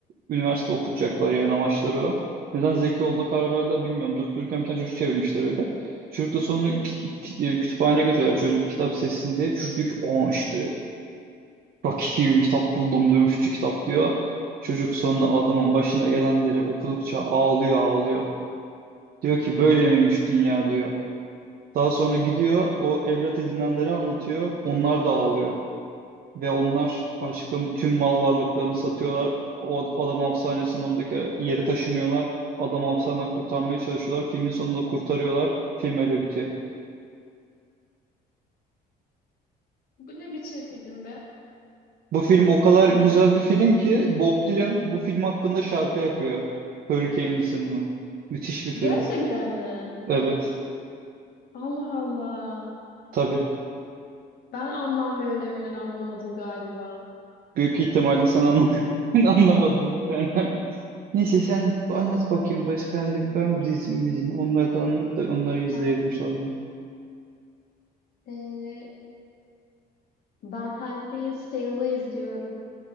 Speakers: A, on the right; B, on the left.
A: Üniversite okutacaklar yani amaçları o. Neden zeki olduğuna karar verdiler bilmiyorum. Durup dururken bir tane çocuk çevirmişler öyle. Çocuk da sonra ki- ki- e, kütüphaneye götürüyorlar çocuğu bir kitap sessin diye. Çocuk diyor ki aa işte Rocky gibi bir kitap buldum dövüşçü kitap diyor. Çocuk sonra adamın başına gelenleri okudukça ağlıyor ağlıyor. Diyor ki böyle miymiş dünya diyor. Daha sonra gidiyor o evlat edinenleri anlatıyor. Onlar da ağlıyor. Ve onlar aşkım tüm mal varlıklarını satıyorlar. O adam hapishanesinin oradaki yeri taşınıyorlar. Adam hapishaneden kurtarmaya çalışıyorlar. Filmin sonunda kurtarıyorlar. Film öyle bitiyor.
B: Bu ne biçim film be?
A: Bu film o kadar güzel bir film ki Bob Dylan bu film hakkında şarkı yapıyor. Hurricane isimli. Müthiş bir film.
B: Gerçekten mi?
A: Evet.
B: Allah Allah.
A: Tabii.
B: Ben anlam ve önemini anlamadım galiba.
A: Büyük ihtimalle sen anlamadın. <laughs> Ben anlamadım bir tane. Neyse sen anlat bakayım başka hani bir film dizimizin. Onlardan anlat da onları izleyelim
B: Ben
A: sonra.
B: eee ben Handmaid's Tale'ı izliyorum.